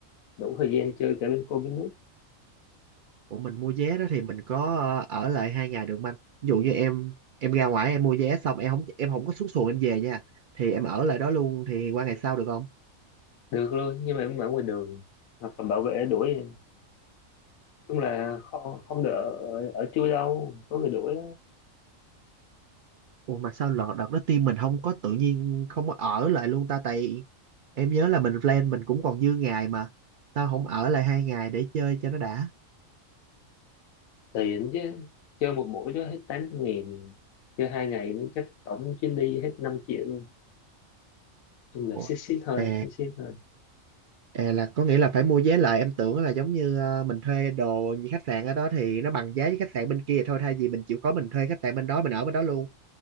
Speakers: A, on the left; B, on the right.
A: đủ thời gian chơi cả bên cô bên nước
B: Ủa mình mua vé đó thì mình có ờ, ở lại hai ngày được không anh? Ví dụ như em em ra ngoài em mua vé xong em không em không có xuống xuồng em về nha. Thì em ở lại đó luôn thì qua ngày sau được không?
A: được luôn nhưng mà em ở ngoài đường hoặc là bảo vệ đuổi em chung là không không được ở, ở chui đâu có người đuổi
B: Ủa mà sao lọt đợt đó team mình không có tự nhiên không có ở lại luôn ta tại em nhớ là mình plan mình cũng còn dư ngày mà. Sao không ở lại hai ngày để chơi cho nó đã?
A: tiền chứ chơi một buổi đó hết tám trăm nghìn chơi hai ngày nó chắc tổng chuyến đi hết 5 triệu luôn chung là
B: Ủa
A: xít xít thôi
B: à,
A: xít xít thôi
B: à là có nghĩa là phải mua vé lại em tưởng là giống như ờ, mình thuê đồ như khách sạn ở đó thì nó bằng giá với khách sạn bên kia thôi thay vì mình chịu khó mình thuê khách sạn bên đó mình ở bên đó luôn.